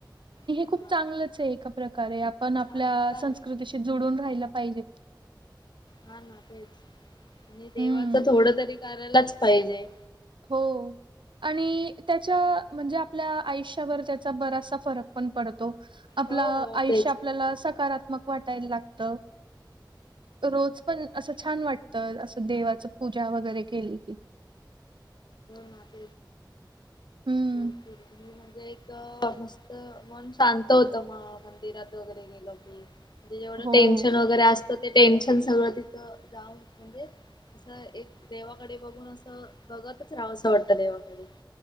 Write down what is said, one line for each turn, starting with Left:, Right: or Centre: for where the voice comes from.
Left: हा
Right: खूप चांगलंच आहे एका प्रकारे आपण आपल्या
Left: चांगला आहे
Right: संस्कृतीशी जुडून राहिला पाहिजे
Left: हा ना तेच आणि देवाच
Right: हं,
Left: थोडं तरी करायलाच पाहिजे
Right: हो आणि त्याच्या म्हणजे आपल्या आयुष्यावर त्याचा बरासा फरक पण पडतो आपलं
Left: हो हो
Right: आयुष्य
Left: तेच.
Right: आपल्याला सकारात्मक वाटायला लागत रोज पण असं छान वाटतं असं देवाच पूजा वगैरे केली की
Left: नात
Right: हं.
Left: मी म्हणजे एक मस्त मन शांत होतं मग मंदिरात वगैरे गेल की म्हणजे जेवढ
Right: हो.
Left: टेनशन वगैरे असतं ते टेनशन सगळं तिथं म्हणजे असं एक देवाकडे बघून असं बघतच राहावं असं वाटतं देवाकडे